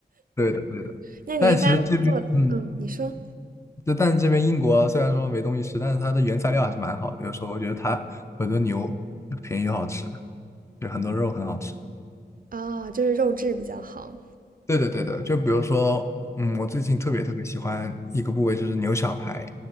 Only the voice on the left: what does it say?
对的对的。
但其实这边，嗯，
就但是这边英国虽然说没东西吃，但是它的原材料还是蛮好的。有时候我觉得它很多牛便宜又好吃，就很多肉很好吃。
对的对的，就比如说，嗯，我最近特别特别喜欢一个部位就是牛小排。